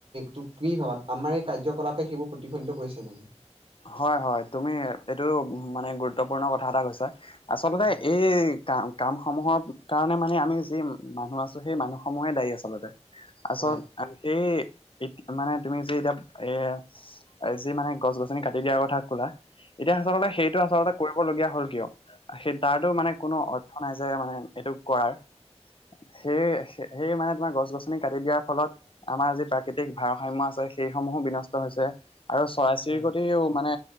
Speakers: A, on the right; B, on the left.
A: তোক কি ভাবাত? আমাৰ এই কাৰ্যকলাপে, সেইবোৰ প্ৰতিফলিত কৰিছে নেকি?
B: হয়-হয় তুমি এইটো মানে গুৰুত্বপূৰ্ণ কথা এটা কৈছা। আচলতে,
A: হয়
B: এই কাম-কামসমূহৰ কাৰণে মানে, আমি যি মানুহ আছো, সেই মানুহ সমূহে দায়ী আচলতে। আচল,
A: হয়
B: সেই এ মানে তুমি যে এতিয়া এ, যি মানে গছ-গছ নি কাটি দিয়াৰ কথা ক'লা। এতিয়া আচলতে সেইটো আচলতে কৰিবলগীয়া হ'ল কিয়? সেই, তাৰ টো
A: হয়
B: মানে কোনো অৰ্থ নাই যে মানে এইটো কৰাৰ। সেই-সেই মানে তোমাৰ গছ-গছনি কাটি দিয়াৰ ফলত, আমাৰ যি প্ৰাকৃতিক ভাৰসাম্য আছে। সেইসমূহো বিনষ্ট হৈছে। আৰু চৰাই চিৰিকতিও
A: হয়।
B: মানে